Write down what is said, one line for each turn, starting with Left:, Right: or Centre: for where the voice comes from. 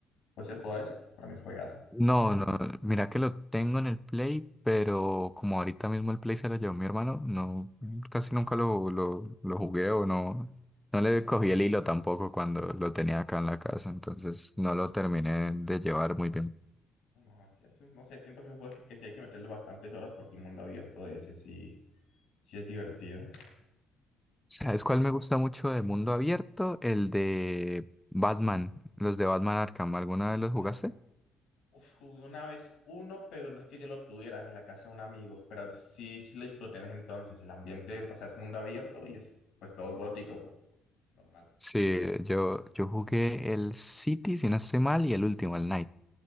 Left: Pues si has jugado ese, para mí es juegazo.
Centre: No, no, mira que lo tengo en el Play, pero como ahorita mismo el Play se lo llevó mi hermano, no, casi nunca lo, lo, lo jugué o no, no le cogí el hilo tampoco cuando lo tenía acá en la casa, entonces no lo terminé de llevar muy bien.
Left: No, así es, no sé, siento que es un juego sí que sí hay que meterle bastantes horas porque el mundo abierto de ese sí, sí es divertido.
Centre: ¿Sabes cuál me gusta mucho de mundo abierto? El de Batman, los de Batman Arkham, ¿alguna vez los jugaste?
Left: Arkham. Uf, jugué una vez uno, pero no es que yo lo tuviera en la casa de un amigo, pero sí, sí lo disfruté en ese entonces. El ambiente, o sea, es mundo abierto y es pues todo gótico, pues normal.
Centre: Sí, yo, yo jugué el City, si no estoy mal, y el último, el Night.